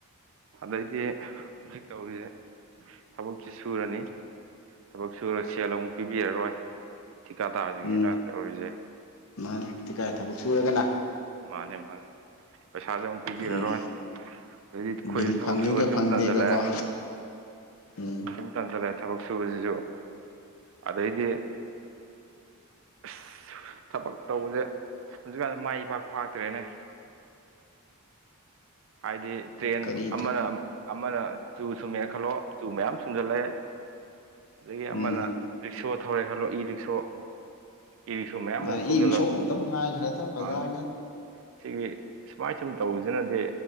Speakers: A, on the right (about 60°); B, on the left (about 65°).
A: ꯑꯗꯩꯗꯤ ꯍꯧꯖꯤꯛ ꯇꯧꯔꯤꯁꯦ ꯊꯕꯛꯁꯤ ꯁꯨꯔꯅꯤ ꯊꯕꯛ ꯁꯨꯔ ꯁꯦꯜ ꯑꯃꯨꯛ ꯄꯤꯕꯤꯔꯔꯣꯏ ꯊꯤꯀꯥꯗ꯭ꯔ ꯇꯁꯤꯡꯁꯤꯅ
B: ꯎꯝ
A: ꯇꯧꯔꯤꯁꯦ
B: ꯃꯥꯅꯤ ꯇꯤꯀꯥꯏ ꯊꯕꯛ ꯁꯨꯔꯒꯅ
A: ꯃꯥꯅꯦ ꯃꯥꯅꯦ ꯄꯩꯁꯥꯁꯦ ꯑꯃꯨꯛ ꯄꯤꯕꯤꯔꯔꯣꯏ
B: ꯎꯝ
A: ꯑꯗꯩꯗꯤ ꯑꯩꯈꯣꯏꯁꯨ
B: ꯕꯤꯜ
A: ꯊꯕꯛ
B: ꯐꯪꯉꯤꯒ
A: ꯁꯨꯕ ꯁꯨꯝ
B: ꯐꯪꯗꯦꯒꯀꯣ
A: ꯇꯟꯁꯤꯜꯂꯛꯑꯦ
B: ꯎꯝ
A: ꯁꯨꯝ ꯇꯟꯁꯤꯜꯂꯑꯦ ꯊꯕꯛ ꯁꯨꯕꯁꯤꯁꯨ ꯑꯗꯩꯗꯤ ꯑꯁ ꯊꯕꯛ ꯇꯧꯕꯁꯦ ꯍꯧꯖꯤꯛꯀꯥꯟꯗ ꯃꯥꯏ ꯢꯄꯥꯛ ꯄꯥꯛꯇ꯭ꯔꯦꯅꯦ ꯍꯥꯏꯗꯤ ꯇ꯭ꯔꯦꯟ
B: ꯀꯔꯤ
A: ꯑꯃꯅ ꯑꯃꯅ ꯆꯨ ꯁꯨꯝꯃꯦꯑꯦ ꯈꯜꯂꯣ ꯆꯨ ꯃꯌꯥꯝ ꯁꯨꯝꯖꯜꯂꯛꯑꯦ ꯑꯗꯒꯤ
B: ꯎꯝ
A: ꯑꯃꯅ ꯔꯤꯛꯁꯣ ꯊꯧꯔꯦ ꯈꯜꯂꯣ ꯏ ꯔꯤꯛꯁꯣ ꯏꯔꯤꯛꯁꯣ ꯃꯌꯥꯝ
B: ꯃꯥꯅꯦ
A: ꯑꯃ ꯊꯧꯖꯤꯜꯂꯛ
B: ꯏ ꯏꯁꯣꯡꯇꯕꯨ ꯉꯥꯏꯈ꯭ꯔꯦꯗ ꯕꯖꯥꯔꯅ
A: ꯃꯥꯅꯤ ꯁꯤꯒꯤ ꯁꯨꯃꯥꯏ ꯁꯨꯝ ꯇꯧꯕꯁꯤꯅꯗꯤ